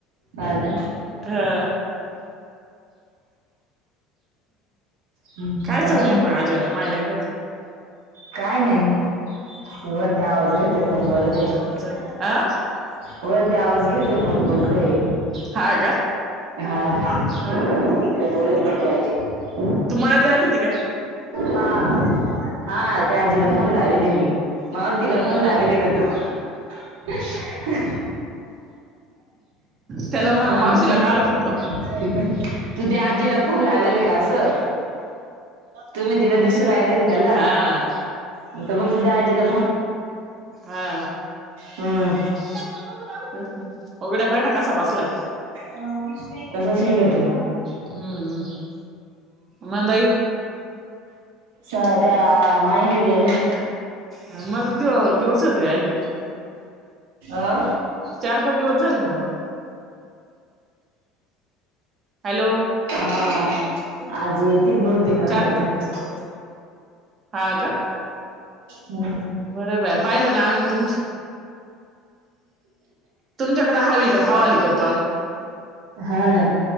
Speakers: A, on the right (about 80°); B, on the right (about 40°).
A: हा ना
B: ह
A: हम्म,
B: काय
A: बाकी
B: चालू आहे म माज्या ना मायल्याकच?
A: काय नाही. बरते आवज देताय कोण बोलवतय.
B: चारच
A: <unintelligible>
B: जण आ
A: होय ते आवाज घेतय कोण बोलतय.
B: हा का
A: हा तिकडे
B: हा
A: बोलावते पाहय‌ ती आजी.
B: तु मळ्यात जायल होती काय?
A: हा हा त्या आजीला फोन लावेले मी मग तिला
B: हा
A: फोन लावेले
B: हा
A: का तू ह
B: त्याला म्हणा
A: <unintelligible> माणसं
B: मावशीला काला फोन लाव
A: हे. तू त्या आजीला फोन लावेले का असं? तुम्ही तिला दिसून राहिले, ना त्याला
B: हा
A: मग तुझ्या दाजीला
B: हा.
A: हम्म
B: हा‌. उघड्या पाही नि कसा बसलाय.
A: अ विषय. तसाच हिंडवतोय.
B: हम्म हम् मंदाई
A: स त्या माहेरी गेल्या.
B: हा माझं दिव दिवसच आले नाय.
A: अ
B: चार, पाच दिवस झाले ना जाऊन. हॅलो.
A: हा. आज येतील बहुतेक आले
B: चार
A: तर
B: हा का?
A: हम्म.
B: बरं बाय पाहिलं ना आम्ही तुम तुमच्या तिकड हवी का हवाली करतो आम्ही.
A: हा. ना